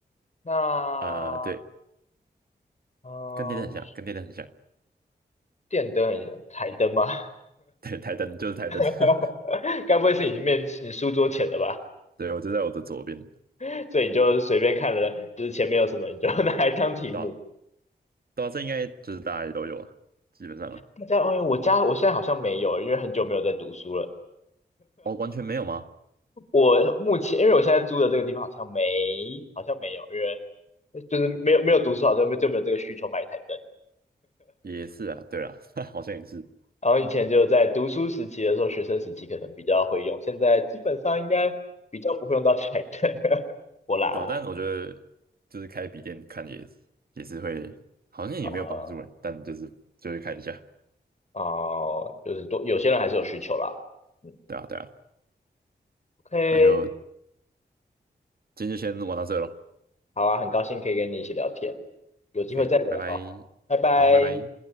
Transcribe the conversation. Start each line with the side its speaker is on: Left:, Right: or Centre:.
Left: 那
Right: 呃，对，
Left: 嗯、呃，
Right: 跟电灯很像，跟电灯很像，
Left: 电灯很台灯吗？
Right: 对，台灯就是台灯，
Left: <laughs>
Right: <laughs>
Left: 该不会是你面你书桌前的吧？
Right: 对，我就在我的左边，
Left: <laughs> 所以你就随便看了，就是前面有什么你就 <laughs> 拿来当题目。
Right: 对吧？对啊，这应该就是大家也都有了，基本上了，
Left: 大家，哎，我家我现在好像没有，因为很久没有在读书了。
Right: 哦，完全没有吗？
Left: 我目前，因为我现在租的这个地方好像没，好像没有，因为就是没有没有读书，好像就没有这个需求买一台灯。
Right: 也是啊，对啦，<laughs> 好像也是，
Left: 然后以前就在读书时期的时候，学生时期可能比较会用，现在基本上应该比较不会用到台灯。<laughs> 我啦，
Right: 对啊，
Left: 我
Right: 但我觉得就是开笔电看也也是会，好像也没有帮助诶，
Left: 啊
Right: 但就是就会看一下。
Left: 啊、哦就是多有些人还是有需求啦。嗯
Right: 对啊，对啊，
Left: ，OK，
Right: 那就今天就先玩到这喽。
Left: 好啊，很高兴可以跟你一起聊天，有机会再聊哦，
Right: OK，拜拜，
Left: 拜拜。
Right: 好，拜拜。